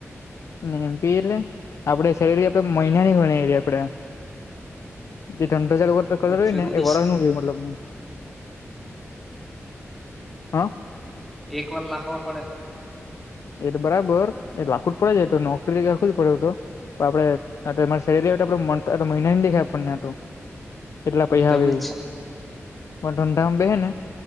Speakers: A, on the left; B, in the centre.
A: ને એમ પી એટલે આપડે સેલરી આપડે મહિનાની ગણાય એવી આપડે. જે ધંધો ચાલુ કરતો એ રેય
B: જરૂરી
A: ને વરહુ
B: છે
A: નુ હોયે મતલબમાં હા
B: એક વાર લાખવા પડે.
A: એતો બરાબર એતો લાખવું ત પડે જ તો નોકરી આખું જ પડે એવુ તો. તો આપડે તેમાં <unintelligible> એટલા પૈહા
B: તેવું
A: આવે એવું
B: જ
A: પણ ધંધામાં બેહે ને